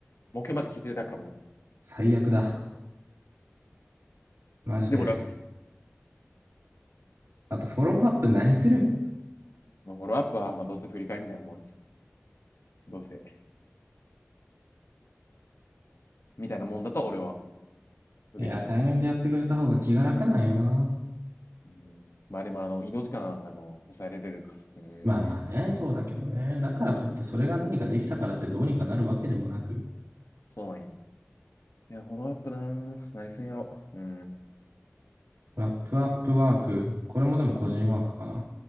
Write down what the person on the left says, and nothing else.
目標マジで聞いてるだけかもね。
でも楽
まあ、フォローアップは、まあ、どうせ振り返りみたいなもんです。どうせ。みたいなもんだと俺は受け止めてもらます
うん。まあでも、あの、移動時間、あの、抑えられるから。うん。
そうなんよ。いや、フォローアップなー、何すんやろ。うん。